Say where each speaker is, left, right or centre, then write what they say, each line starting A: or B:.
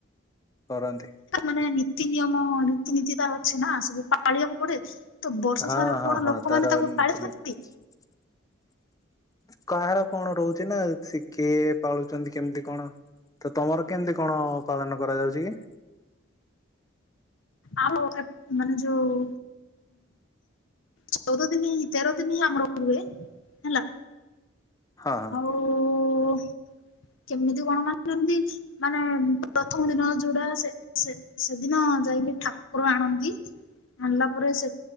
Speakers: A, on the left; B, on the left.
A: କରନ୍ତି।
B: ମାନେ ନୀତି ନିୟମ ନୀତିରୀତି ତାର ଅଛି ନା ସବୁ ପାଳିବାକୁ ପଡେ? ତ ବର୍ଷ
A: ହଁ
B: ସାରା
A: ହଁ
B: କଣ
A: ହଁ
B: ଲୋକମାନେ
A: ତାର
B: ତାକୁ
A: ନୀତି
B: ପାଳିଥାନ୍ତି?
A: <unintelligible> କାହାର କଣ ରହୁଛି ନା ସେ କିଏ ପାଳୁଛନ୍ତି କେମିତି କଣ? ତ ତମର କେମିତି କଣ ପାଳନ କରାଯାଉଛି କି?
B: ଆଉ ମାନେ ଯୋଉ ଚଉଦ ଦିନ ହିଁ ତେର ଦିନ ହିଁ ଆମର ହୁଏ ହେଲା।
A: ହଁ ହଁ।
B: ଓ କେମିତି କଣ ମାନନ୍ତି? ମାନେ ପ୍ରଥମ ଦିନ ଯୋଉଡା ସେ ସେ ସେଦିନ ଯାଇକି ଠାକୁର ଆଣନ୍ତି ଆଣିଲା ପରେ ସେ